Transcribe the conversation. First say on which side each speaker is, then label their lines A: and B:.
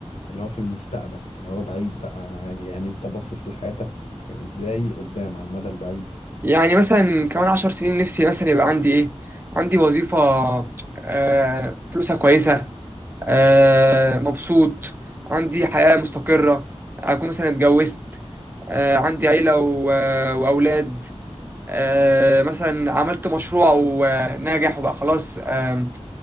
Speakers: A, on the left; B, on the right.
A: اللي هو في المستقبل اللي هو بعيد بقى يعني انت باصص لحياتك ازاي قدام على المدى البعيد
B: يعني مثلا كمان عشر سنين نفسي مثلا يبقى عندي إيه عندي وظيفة آه فلوسها كويسة آه، مبسوط عندي حياة مستقرة أكون مثلا اتجوزت آه، عندي عيلة و- آه، وأولاد آه، مثلا عملت مشروع وناجح وبقى خلاص آم،